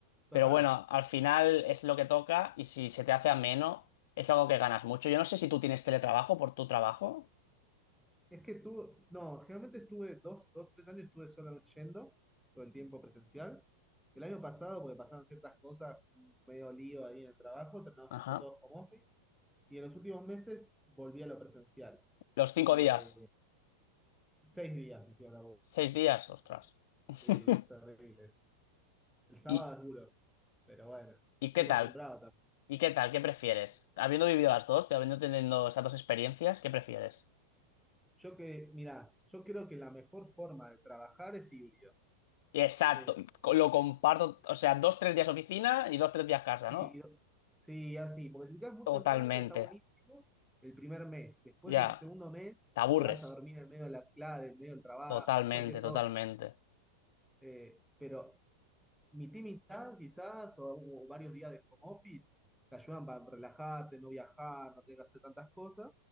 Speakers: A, in the centre; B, on the left (about 50°).
A: Total.
B: pero bueno, al final es lo que toca y si se te hace ameno, es algo que ganas mucho. Yo no sé si tú tienes teletrabajo por tu trabajo.
A: Es que tuve, no, generalmente estuve dos, dos, tres años estuve solamente yendo, todo el tiempo presencial. El año pasado, porque pasaban ciertas cosas, medio lío ahí en el trabajo, terminamos
B: Ajá.
A: haciendo todo home office. Y en los últimos meses volví a lo presencial.
B: Los cinco
A: Eh,
B: días,
A: seis días hicieron la voz.
B: seis días, ostras. <laughs>
A: Sí, terribles. El sábado
B: ¿Y,
A: es duro, pero bueno,
B: y
A: estoy
B: qué
A: acostumbrado
B: tal?
A: también.
B: ¿Y qué tal? ¿Qué prefieres? Habiendo vivido las dos, habiendo tenido esas dos experiencias, ¿qué prefieres?
A: Yo que, mirá, yo creo que la mejor forma de trabajar es híbrido.
B: Exacto,
A: Es
B: co- lo comparto, o sea, dos, tres días oficina y dos, tres días casa,
A: Sí,
B: ¿no?
A: do- sí, así, porque si te quedas mucho
B: Totalmente,
A: en casa está buenísimo el primer mes, después
B: ya,
A: el segundo mes
B: te aburres,
A: te vas a dormir en medio de la clase, en medio del trabajo,
B: totalmente,
A: haces cualquier cosa.
B: totalmente,
A: Eh, pero mitad y mitad quizás, o, o varios días de home office, te ayudan para relajarte, no viajar, no tener que hacer tantas cosas,